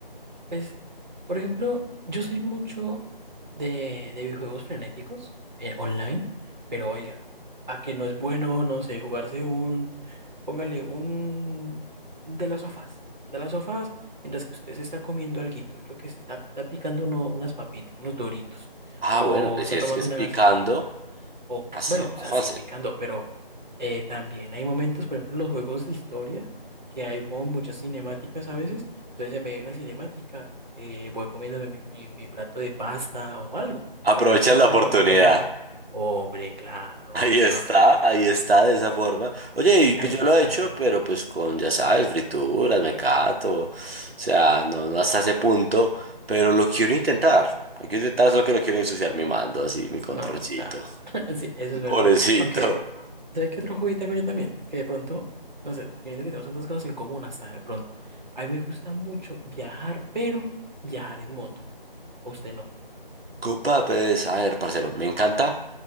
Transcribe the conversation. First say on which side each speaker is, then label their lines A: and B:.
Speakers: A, on the right; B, on the right.
A: Pues, por ejemplo, yo soy mucho de, de videojuegos frenéticos eh, online, pero oiga, a que no es bueno, no sé, jugarse un, póngale un de las sofás, de las sofás, mientras que usted se está comiendo alguito, yo que se está, está picando uno- unas papitas, unos doritos,
B: Ah,
A: o
B: bueno, pues
A: está
B: si es
A: tomando
B: que es
A: una
B: picando,
A: gaseosita. O,
B: así
A: c- bueno,
B: es
A: o
B: más
A: sea,
B: fácil.
A: sí, picando, pero eh, también hay momentos, por ejemplo, en los juegos de historia, que hay como muchas cinemáticas a veces. Entonces, en medio de una cinemática, eh, voy comiéndome mi, mi- mi plato de pasta o algo.
B: Aprovechas
A: Pues yo, yo
B: la oportunidad.
A: combino mucho. Hombre, claro.
B: Ahí está,
A: ah,
B: ahí está de esa forma. Oye, y pues
A: ahí
B: yo
A: está.
B: lo he hecho, pero pues con, ya sabes, frituras, mecato, o sea, no, no hasta ese punto, pero lo quiero intentar. Lo quiero intentar, solo que no quiero ensuciar mi mando, así, mi controlcito.
A: No, está. <laughs> Sí, eso es verdad.
B: Pobrecito.
A: Aunque,
B: <laughs>
A: ¿sabes qué otro hobby tengo yo también? Que de pronto, no sé, viendo que tenemos tantas cosas en común hasta de pronto. A mí me gusta mucho viajar, pero viajar en moto. ¿O usted no?
B: Copa, pues, a ver, parcero, me encanta.